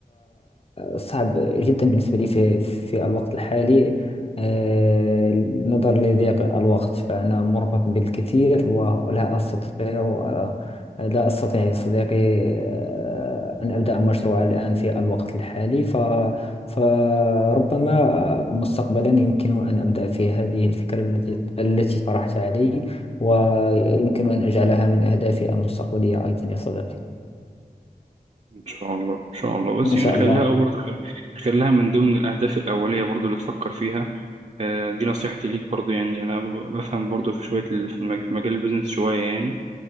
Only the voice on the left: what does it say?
صعب جدا بالنسبة لي في في الوقت الحالي آه، نظرا لضيق الوقت فأنا مربط بالكثير ولا أستطيع آه، لا أستطيع يا صديقي آه، أن أبدأ مشروع الآن في الوقت الحالي ف فربما آه، مستقبلا يمكن أن أبدأ في هذه الفكرة التي التي طرحتها علي ويمكن أن أجعلها من أهدافي المستقبلية أيضا يا صديقي
إن
شاء
الله